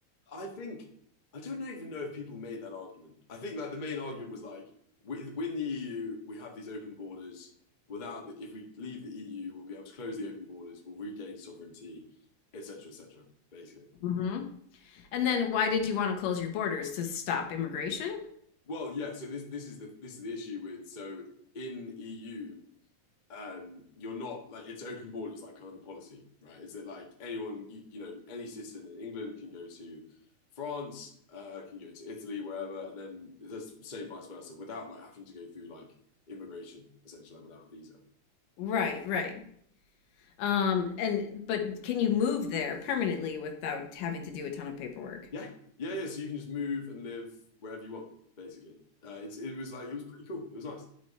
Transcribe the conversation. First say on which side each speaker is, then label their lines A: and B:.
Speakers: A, on the left; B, on the left.
A: I think I don't even know if people made that argument. I think like the main argument was like with, within the EU we have these open borders. Without the, if we leave the EU, we'll be able to close the open borders. We'll regain sovereignty, etc., etc. basically,
B: hmm And then why did you want to close your borders to stop immigration?
A: well, yeah. So this this is the this is the issue with so in EU um, you're not like it's open borders, like kind of the policy, right? Is it like anyone, you, you know, any citizen in England can go to France, uh, can go to Italy, wherever, and then the same vice versa, without like having to go through like immigration, essentially, like without a visa.
B: Right, right. Um, and but can you move there permanently without having to do a ton of paperwork?
A: Yeah, yeah, yeah. So you can just move and live wherever you want, basically. Uh, it's it was like it was pretty cool. It was nice,